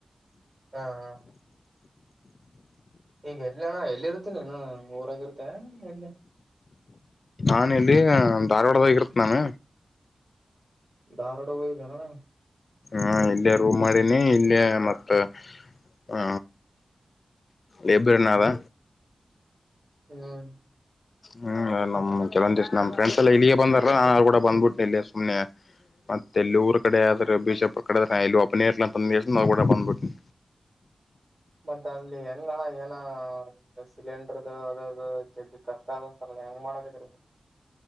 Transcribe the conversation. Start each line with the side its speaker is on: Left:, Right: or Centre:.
Right: ಹಾ ಹಾ ಈಗ ಎಲ್ಲಿ ಅಣ್ಣ ಎಲ್ಲಿ ಇರ್ತೀನ ನೀನು ಊರಗರ್ತ ಹ ಎಲ್ಲ
Left: ನಾನ ಇಲ್ಲಿ ಧಾರವಾಡದ ಹೋಗಿರುತ್ತೆ ನಾನು
Right: ಧಾರವಾಡ ಹೋಗಿದೆನ ನ
Left: ಹ್ಮ ಇಲ್ಲೇ ರೂಮ್ ಮಾಡಿನಿ ಇಲ್ಲೇ ಮತ್ತ ಹ ಲೇಬರ್ನದ
Right: ಹ್ಮ್
Left: ಹ್ಮ್ ನಮ್ ಕೆಲವೊ ನಮ ಫ್ರೆಂಡ್ಸ್ ಎಲ್ಲಾ ಇಲ್ಲಿಗೆೇ ಬಂದಾರ ನಾನ ಕೂಡ ಬಂದ್ಬಿಟ್ನಿ ಇ ಸುಮ್ನೆ ಮತ್ತೆ ಎಲ್ಲಿ ಊರ್ ಕಡೆ ಆದ್ರ ಬಿಜಾಪುರ್ ಕಡೆ ಆದ್ರೆ ಎಲ್ಲ ಅಬ್ನಯ ಇರ್ಲ ಅಂತಂದ ಕೂಡ ಬಂದ್ಬಿಟ್ನಿ
Right: ಮತ್ತ ಅಲ್ಲಿ ಹೆಂಗ ಅಣ ಏನ ಸಿಲಿಂಡರ್ದು ಅದದು ಜಡ್ ಕಷ್ಟ ಆದಂತಾರಲ್ಲ ಹೆಂಗ್ ಮಾಡಕಡ್ರ ಮ